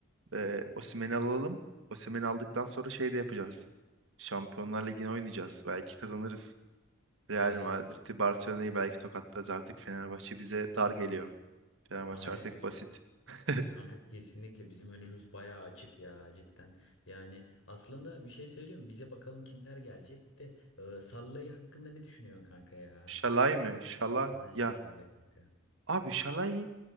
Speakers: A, on the right (about 65°); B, on the left (about 65°).
A: E, Osimhen'i alalım. Osimhen'i aldıktan sonra şey de yapacağız. Şampiyonlar Ligi'ni oynayacağız. Belki kazanırız.
B: Aynen
A: Real Madrid'i,
B: öyle.
A: Barcelona'yı belki tokatlarız. Artık Fenerbahçe bize dar geliyor. Fenerbahçe
B: Aynen
A: artık
B: öyle.
A: basit. <laughs>
B: Kanka kesinlikle bizim önümüz bayağı açık ya cidden. Yani aslında bir şey söyleyeyim mi? Bize bakalım kimler gelecek de e, Sallayı hakkında ne düşünüyorsun kanka ya?
A: Şalay mı? Şala
B: Aynen
A: ya.
B: öyle kanka.
A: Abi Şalay